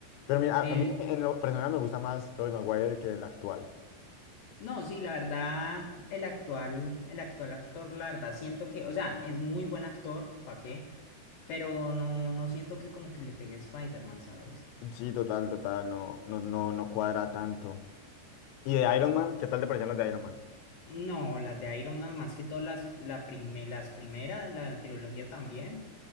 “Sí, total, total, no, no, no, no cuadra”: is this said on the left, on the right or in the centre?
Left